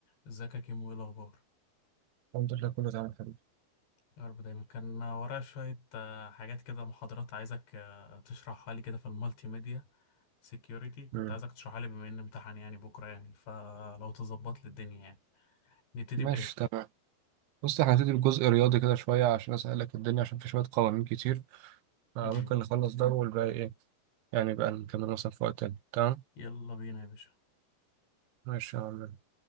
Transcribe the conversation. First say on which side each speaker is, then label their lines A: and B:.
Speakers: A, on the left (about 75°); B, on the right (about 80°).
A: ازيك يا كيمو ايه الاخبار
B: الحمد لله كله تمام يا حبيبي
A: يا رب دايما كان ورايا شويه آه، حاجات كده محاضرات عايزك آه، تشرحها لي كده في المالتي ميديا سيكيوريتي كنت
B: مم.
A: عايزك تشرحها لي بما ان امتحان يعني بكره يعني فلو تظبط لي الدنيا يعني نبتدي
B: ماشي
A: بايه
B: تمام بص احنا هنبتدي بجزء رياضي كده شوية عشان أسهلك الدنيا عشان في شوية قوانين كتير فممكن
A: مهم.
B: نخلص ده والباقي إيه يعني بقى نكمل مثلا في وقت تاني تمام
A: يلا بينا يا باشا
B: ماشي يا عم